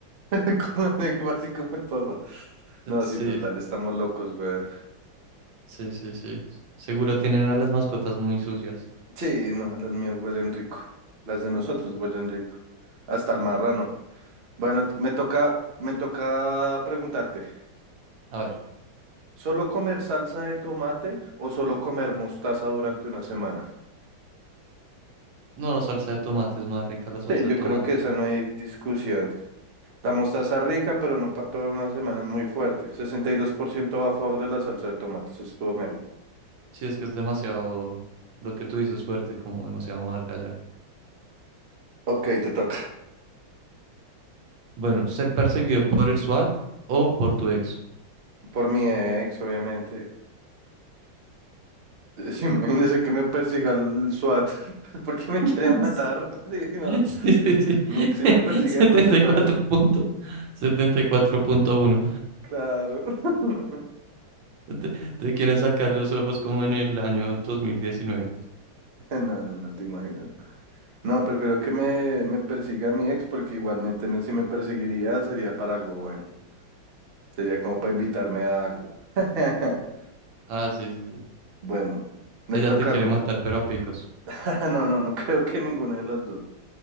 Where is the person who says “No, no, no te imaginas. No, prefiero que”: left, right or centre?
Right